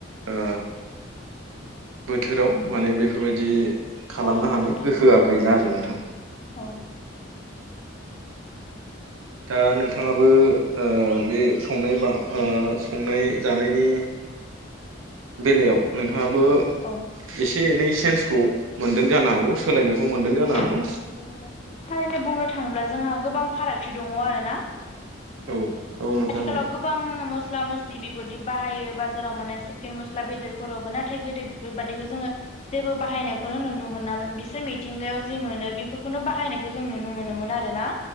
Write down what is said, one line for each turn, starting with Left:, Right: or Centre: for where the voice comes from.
Right: ओ बोथोराव माने बेफोरबायदि खालामनो
Left: औ नंगौ
Right: हानाय
Left: नोंथां
Right: गोहोआ गैला आरो नों
Left: औ
Right: दा नोंथाङाबो ओ बे संनाय बा ओ संनाय जानायनि
Left: <unintelligible>
Right: बेलायाव नोंथां नोंथांयाबो
Left: औ
Right: एसे एनै चेन्सखौ मोनदों जानो हागौ सोलायनायखौ मोनदों जानो
Left: औ
Right: हागौ
Left: नंगौ नोंथां थारैनो बुंनो थाङोब्ला जोंहा गोबां फारागथि दङ आरो ना
Right: औ औ नोंथां
Left: आथिखालाव
Right: औ
Left: गोबां मस मस्ला मस्लि बेफोरदि बाहायो बाजाराव मोननाय सिकेन मस्ला बेदरफोरावबो नाथाय गोदो बेफोरबादिखौ जोङो जेबो बाहायनायखौनो नुनो मोनामोन बिसोर मिथिंगायाव जि मोनो बेफोरखौनो बाहायनायखौ जों नुनो मोनोमोन आरो ना